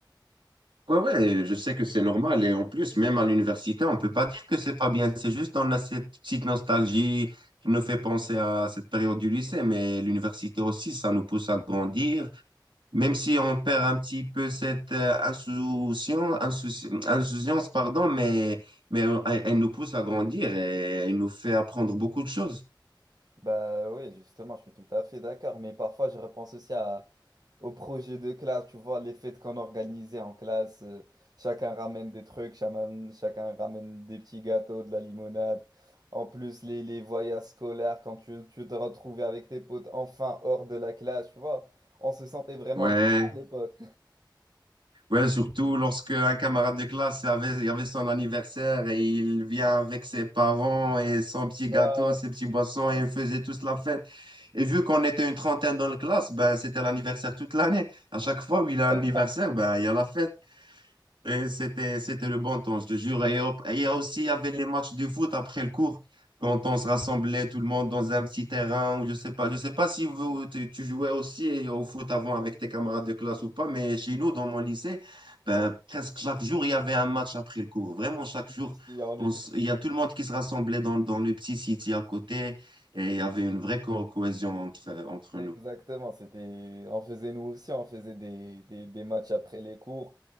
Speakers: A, on the right; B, on the right.
A: Ouais, ouais, je sais que c'est normal. Et en plus, même à l'université, on peut pas dire que c'est pas bien. C'est juste on a cette petite nostalgie qui nous fait penser à cette période du lycée. Mais l'université aussi, ça nous pousse à grandir. Même si on perd un petit peu cette euh, insouciance, insouci- insouciance, pardon, mais, mais euh, elle elle nous pousse à grandir et elle nous fait apprendre beaucoup de choses.
B: Bah oui, justement, je suis tout à fait d'accord, mais parfois je repense aussi à, aux projets de classe, tu vois, les fêtes qu'on organisait en classe, euh, chacun ramène des trucs, chaman- chacun ramène des petits gâteaux, de la limonade. En plus, les, les voyages scolaires, quand tu, tu te retrouvais avec tes potes enfin hors de la classe, tu vois, on se sentait vraiment
A: Ouais.
B: vivant à l'époque.
A: Ouais, surtout lorsque un camarade de classe avait, il avait son anniversaire et il vient avec ses parents et son petit gâteau,
B: <laughs> Ouais,
A: ses petits boissons et ils faisaient tous la fête. Et vu qu'on était une trentaine dans la classe, ben, c'était l'anniversaire toute l'année. À chaque fois où il a
B: vraiment.
A: un anniversaire, ben, il y a la fête. Et c'était, c'était le bon temps, je te jure. Et hop, et il y a aussi, il y avait les matchs de foot après le cours, quand on se rassemblait tout le monde dans un petit terrain, ou je sais pas. Je sais pas si vous, tu, tu jouais aussi au foot avant avec tes camarades de classe ou pas, mais chez nous, dans mon lycée, ben,
B: Ouais,
A: presque chaque jour, il y avait un match après le cours. Vraiment, chaque jour,
B: si, si, on
A: on
B: était
A: s- il y a tout le monde qui se rassemblait dans, dans le petit city à côté, et il y avait une vraie co- cohésion entre, entre
B: exactement,
A: nous.
B: c'était, on faisait nous aussi, on faisait des, des, des matchs après les cours.